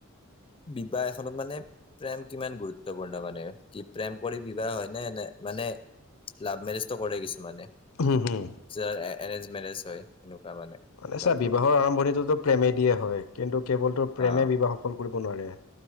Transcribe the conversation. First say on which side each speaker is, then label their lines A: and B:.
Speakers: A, on the left; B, on the left.
A: বিবাহ ত মানে প্ৰেম কিমান গুৰুত্বপূৰ্ণ মানে কি প্ৰেম কৰি বিবাহ হয় নে নে মানে লাভ মেৰিজটো কৰে কিছু মানে
B: হম হু
A: য এৰেঞ্জ মেৰেজ হয় সনেকুৱা মানে
B: মানে
A: সিহঁতৰ
B: চাৰ বিবাহৰ আৰম্ভণিটোতো প্ৰেমে দিয়ে হয় কিন্তু কেৱলতটো প্ৰেমে
A: অ
B: বিবাহ সফল